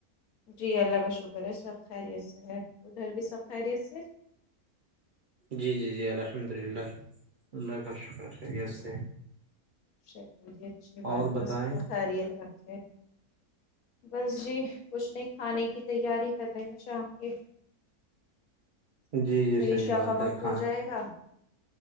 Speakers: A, on the left (about 80°); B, on the right (about 60°).
A: جی اللہ کا شکر ہے سب خیریت سے ہے ادھر بھی سب خیریت سے
B: جی جی جی الحمد للہ اللہ کا شکر خیریت سے
A: چلو جی اچھی بات
B: اور
A: ہے بس
B: بتائیں
A: اللہ خیریت رکھے بس جی کچھ نہیں کھانے کی تیاری کر رہے ہیں شام کے
B: جی جی
A: فریشا
B: صحیح بات
A: کا وقت
B: ہے
A: ہو
B: کھاں
A: جائے گا <unintelligible>